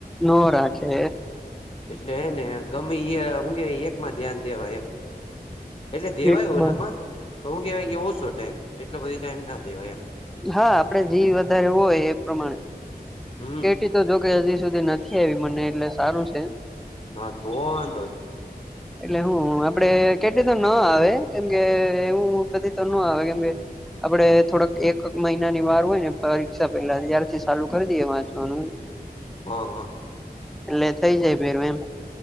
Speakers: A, in the centre; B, on the left (about 35°).
A: નો રાખે
B: એટલે હેને ગમે એ હું કે એકમાં ધ્યાન દેવાય એમ એટલે દેવાય
A: એકમાં
B: ઓલમાં તો હું કહેવાય કે ઓછો ટાઈમ એટલો બધો ટાઈમ ના દેવાય એમ
A: હા આપડે જી વધારે હોય એ પ્રમાણે
B: હમ
A: કેટી તો જોકે હજી સુધી નથી આવી મને એટલે સારું છે
B: ના તો વાંધો નઈ
A: એટલે હું આપડે કેટી ન આવે કેમકે એવું કેટી તો ના આવે કેમકે આપડે થોડાક એક મહિનાની વાર હોય ને પરીક્ષા પેલા ત્યારથી ચાલુ કરી દઈએ શાનું
B: હ હા
A: એટલે થઈ જાય ભેરુ એમ